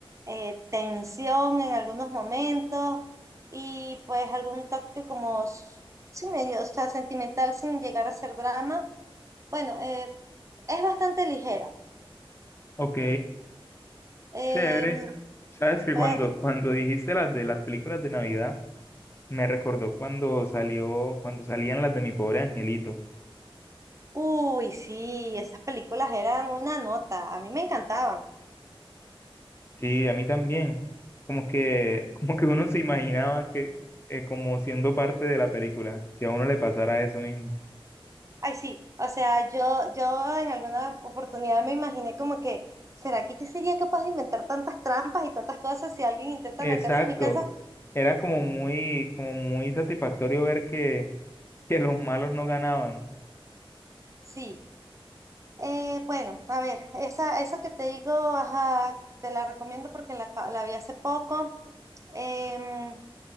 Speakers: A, on the right; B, on the left.
A: eh, tensión en algunos momentos y pues algún toque como, s- sí, medio, o sea, sentimental sin llegar a ser drama. Bueno, eh, es bastante ligera.
B: Ok,
A: Em,
B: chévere. Sabes que
A: pues,
B: cuando, cuando dijiste las de las películas de Navidad, Me recordó cuando salió, cuando salían las de Mi Pobre Angelito.
A: uy, sí, esas películas eran una nota, a mí me encantaban.
B: Sí, a mí también. Como que, <laughs> como que uno se imaginaba que, eh, como siendo parte de la película, si a uno le pasara eso mismo.
A: Ay, sí, o sea, yo, yo en alguna oportunidad me imaginé como que, ¿será que yo sería capaz de inventar tantas trampas y tantas cosas si alguien intenta
B: Exacto.
A: meterse en mi casa?
B: Era como muy, como muy satisfactorio ver que, que los malos no ganaban.
A: Sí. Eh, bueno, a ver, esa, esa que te digo, ajá, te la recomiendo porque la, ca- la vi hace poco. Em,